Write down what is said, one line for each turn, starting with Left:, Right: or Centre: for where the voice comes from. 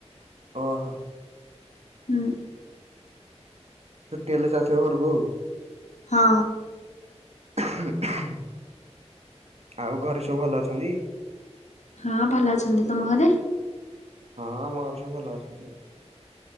Right: ଓହୋ।
Left: ହୁଁ।
Right: ଛୁ୍ଟି ହେଲେ ଯାଉଥିବେ ଘରକୁ ଆଉ।
Left: ହଁ।
Right: <inaudible> ଆଉ ଘରେ ସବୁ ଭଲ ଅଛନ୍ତି?
Left: ହଁ ଭଲ ଅଛନ୍ତି। ତମ ଘରେ?
Right: ହଁ ଆମ ଘରେ ସବୁ ଭଲ ଅଛନ୍ତି ଆଉ।